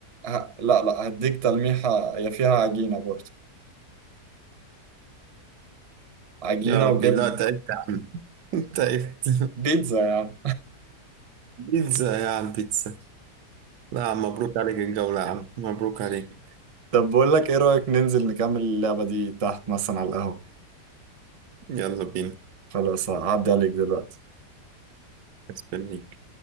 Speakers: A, on the right (about 40°); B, on the right (about 75°).
A: ه... لا لا هديك تلميحة هي فيها عجينة برضه عجينة
B: يا ربي
A: وجبنة
B: لا تعبت يا عم <laughs> تعبت
A: بيتزا يا عم
B: بيتزا يا على البيتزا لا يا عم مبروك عليك الجولة يا عم مبروك عليك
A: طب بقول لك ايه رأيك ننزل نكمل اللعبة دي تحت مثلا على القهوة
B: يلا بينا
A: خلاص هعدي عليك دلوقتي
B: استني